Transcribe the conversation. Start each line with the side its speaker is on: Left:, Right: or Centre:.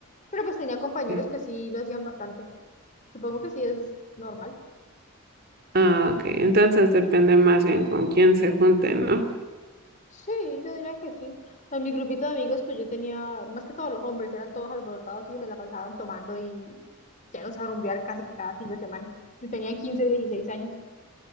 Left: pero pues tenía compañeros
Right: Sí.
Left: que sí lo hacían bastante, supongo que sí es normal.
Right: Ah, ok. Entonces depende más bien con quién se junten, ¿no?
Left: Sí, yo diría que sí. En mi grupito de amigos, pues yo tenía, más que todos los hombres, eran todos alborotados y se la pasaban tomando y llenos a rumbear casi que cada fin de semana. Yo tenía 15, 16 años.